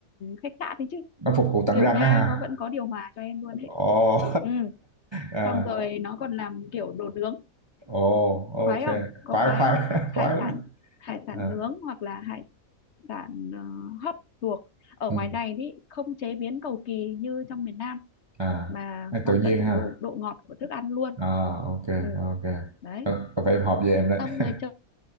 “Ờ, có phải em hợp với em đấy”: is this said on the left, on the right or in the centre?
Right